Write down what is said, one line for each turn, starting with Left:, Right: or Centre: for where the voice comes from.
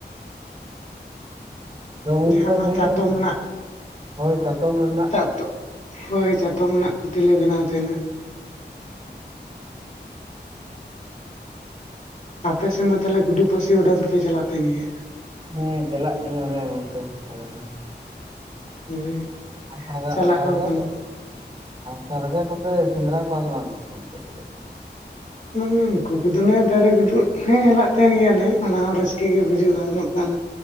Right: ᱟᱫᱚ ᱜᱚᱝᱠᱮ
Left: ᱡᱟᱦᱟᱸ ᱚᱱᱟ
Right: ᱢᱮᱱᱮᱫᱼᱟ
Left: ᱪᱟᱛᱚᱢ
Right: ᱞᱤᱧ
Left: ᱱᱟᱜ
Right: ᱦᱳᱭ ᱪᱟᱛᱚᱢ ᱨᱮᱱᱟᱜ
Left: ᱪᱟᱛᱚᱜ ᱦᱳᱭ ᱪᱟᱛᱚᱢ ᱱᱟᱜ ᱠᱚᱛᱮᱞᱮ ᱵᱮᱱᱟᱣ ᱛᱟᱦᱮᱸᱱᱟ᱾
Right: <inaudible>
Left: ᱟᱯᱮ ᱥᱮᱱ ᱫᱚ ᱛᱟᱦᱞᱮ ᱜᱩᱰᱩ ᱯᱟᱹᱥᱤ ᱚᱰᱟᱣ ᱫᱚᱯᱮ ᱪᱟᱞᱟᱜ ᱛᱟᱦᱮᱸᱱ ᱜᱮᱭᱟ?
Right: ᱦᱮᱸ ᱪᱟᱞᱟᱜ ᱜᱮᱭᱟᱞᱮ ᱜᱚᱝᱠᱮ ᱟᱞᱮ ᱦᱚᱸ᱾
Left: ᱦᱳᱭ,
Right: ᱟᱨ
Left: ᱪᱟᱞᱟᱜ
Right: ᱥᱟᱨᱜᱮ
Left: ᱦᱚᱸ ᱠᱟᱱᱟ
Right: ᱠᱚ ᱥᱟᱨᱜᱮ ᱠᱚᱯᱮ ᱥᱮᱸᱫᱽᱨᱟ ᱠᱚᱣᱟ ᱥᱮᱵᱟᱝ ᱚᱱᱛᱮ ᱨᱮᱫᱚ?
Left: ᱢᱟᱱᱮ ᱩᱱᱠᱚ ᱠᱚᱫᱚ ᱱᱮ ᱫᱟᱨᱮ ᱜᱩᱡᱩᱜ ᱦᱮᱸ ᱦᱮᱞᱟᱜ ᱛᱟᱦᱮᱸᱱ ᱜᱮᱭᱟᱞᱮ ᱚᱱᱟ ᱦᱚᱸ ᱨᱟᱹᱥᱠᱟᱹ ᱜᱮ ᱵᱩᱡᱷᱩᱜᱼᱟ ᱩᱱᱟᱹᱜ ᱜᱟᱱ